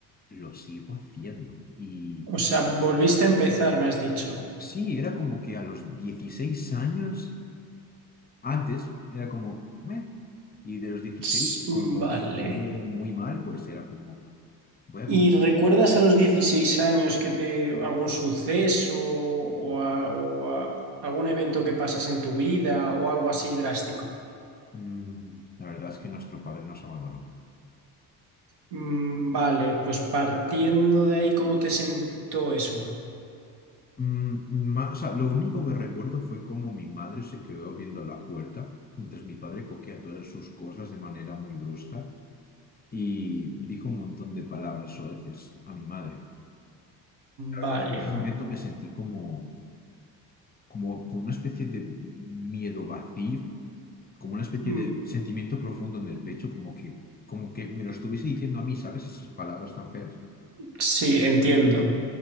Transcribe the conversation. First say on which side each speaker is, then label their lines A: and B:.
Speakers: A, on the left; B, on the right.
A: lo sigo haciendo. Y
B: O sea, volviste a empezar, me has dicho.
A: sí, era como que a los 16 años, antes era como, meh, y de los dieciséis
B: Ts,
A: como
B: Vale.
A: actué muy mal, pues era como, voy a
B: ¿Y
A: comer.
B: recuerdas a los 16 años que te algún suceso o, a- o a- algún evento que pasas en tu vida o algo así drástico?
A: Mm, la verdad es que nuestro padre nos abandonó.
B: Mm, Vale, pues partiendo de ahí, ¿cómo te sentó eso?
A: Mm, ma- o sea, lo único que recuerdo fue como mi madre se quedó viendo la puerta, mientras mi padre cogía todas sus cosas de manera muy brusca y dijo un montón de palabras soeces a mi madre. La
B: Vale.
A: verdad es que En ese momento me sentí como, como, como una especie de miedo vacío, como una especie
B: mm,
A: de sentimiento profundo en el pecho, como que, como que me lo estuviese diciendo a mí, ¿sabes? Esas palabras tan feas.
B: Sí, entiendo.